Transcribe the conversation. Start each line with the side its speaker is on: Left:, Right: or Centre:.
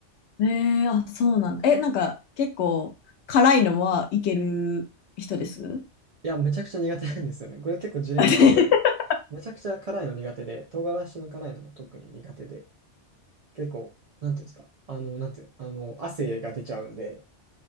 Left: えーあ、そうなんだ。え、なんか、結構、辛いのはいける人です
Right: いや、めちゃくちゃ苦手なんですよね。これ結構ジレンマで、
Left: <laughs>
Right: めちゃくちゃ辛いの苦手で、唐辛子の辛いのが特に苦手で、結構、なんていうんですか、あの、なんていう、あの、汗が出ちゃうんで、